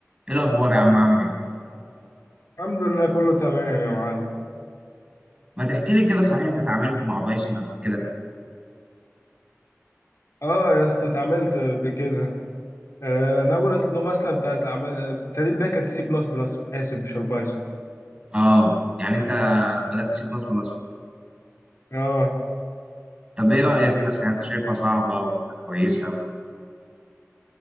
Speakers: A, on the right; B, on the left.
A: ايه الاخبار يا عم عامل ايه
B: الحمد لله كله تمام يا معلم
A: ما تحكي لي كده صحيح انت اتعاملت مع بايثون قبل كده
B: اه يا اسطى اتعاملت بكده آه، انا اول لغه اصلا بتاعت عم- ابتديت بيها كانت السي بلس بلس اسف مش البايثون
A: اه يعني انت بدات تسيب نصب الاصل
B: اه
A: طب ايه رايك مثلا انت شايفها صعبه ولا كويسه ولا